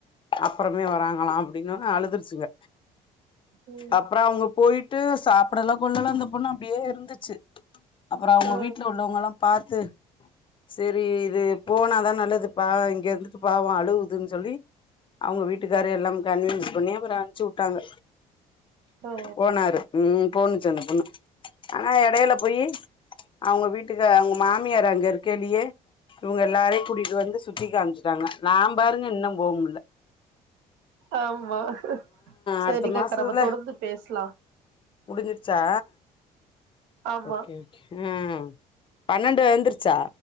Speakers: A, on the left (about 25°); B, on the right (about 65°).
A: அப்றோ வராங்கலா அப்டின்னு அழுதுருச்சுங்க
B: ம்
A: அப்றோ அவுங்க போயிட்டு சாப்பிடது நல்ல கொள்ளலாம் அந்த பொண்ணு அப்டியே இருந்துச்சு அப்றோ அவுங்க
B: ஆ
A: வீட்ல உள்ளவங்களா எல்லா பாத்து செரி இது போனாதான் நல்லதுப்பா இங்க இருந்துட்டு பாவோ அழுகுதுன்னு சொல்லி அவுங்க வீட்டுக்கார எல்லா கன்வீன்ஸ் பண்ணி அப்றோ அனுப்பிச்சுவுட் ட்டாங்க
B: ஆ
A: போனாரு உம் போணுச்சன்ன பொண்ணு ஆனா எடயில போயி அவுங்க வீட்டு ட்டுக்க அவுங்க மாமியார் அங்க இருக்கலயே இவுங்க எல்லாரையு கூட்டிகிட்டு வந்து சுத்தி காமிச்சட்டாங்க நா பாருங்க இன்னு போ முடில்ல
B: ஆமா சேரிக்காக்கா
A: அடுத்த மாசத்துல
B: நம்ம தொடர்ந்து பேசலா
A: முடிஞ்சிருச்சா
B: ஆமா
A: ஓகே ஓகே ம் பன்னெண்டு வந்துருச்சா